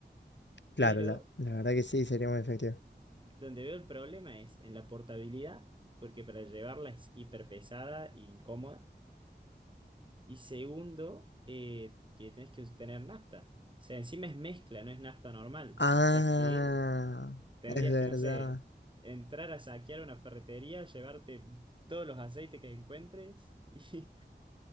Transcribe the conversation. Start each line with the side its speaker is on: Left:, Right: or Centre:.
Left: Claro,
Right: pero
Left: la, la verdad que sí, sería muy efectivo.
Right: donde veo el problema es en la portabilidad, porque para llevarla es hiper pesada e incómoda. Y segundo, eh, que tenés que tener nafta. O sea, encima es mezcla, no es nafta normal.
Left: Ah,
Right: O sea que tendrías
Left: es verdad.
Right: que, no sé, entrar a saquear una ferretería, llevarte todos los aceites que encuentres y